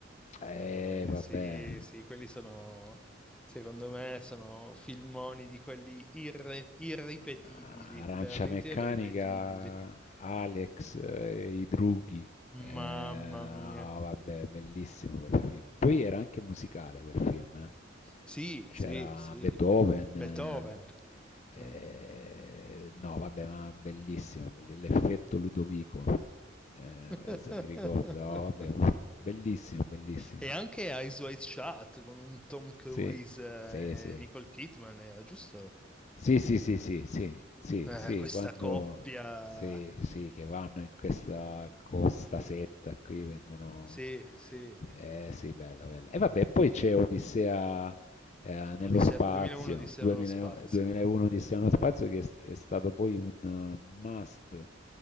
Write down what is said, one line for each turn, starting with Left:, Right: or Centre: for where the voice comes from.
Left: Eh,
Centre: eh,
Left: vabbè.
Centre: sì, sì, quelli sono, secondo me, sono filmoni di quelli irre- irripetibili,
Left: Arancia
Centre: veramente
Left: Meccanica,
Centre: irripetibili.
Left: Alex, eh, i drughi. Eh,
Centre: Mamma
Left: ah,
Centre: mia.
Left: vabbè, bellissimo quel film. Poi era anche musicale quel film, eh.
Centre: Sì,
Left: C'era
Centre: sì, sì.
Left: Beethoven.
Centre: Beethoven.
Left: eh,
Centre: Mm.
Left: eh, no, vabbè, ma bellissimo, l'effetto Ludovico. Eh,
Centre: <laughs>
Left: se mi ricordo, no, vabbè, bellissimo, bellissimo.
Centre: E anche Eyes Wide Shut con un Tom Cruise
Left: Sì, sì, sì.
Centre: e Nicole Kidman, era giusto?
Left: Sì, sì, sì, sì, sì, sì,
Centre: Eh,
Left: sì,
Centre: questa
Left: quando
Centre: coppia.
Left: sì, sì, che vanno in questa costa setta qui vengono.
Centre: Sì, sì.
Left: Eh sì, bella, bella. E vabbè, poi c'è Odissea eh, nello
Centre: Odissea-
Left: spazio,
Centre: 2001 Odissea
Left: 2000
Centre: nello spazio.
Left: 2001 Odissea nello spazio che è, è stato poi un eh, must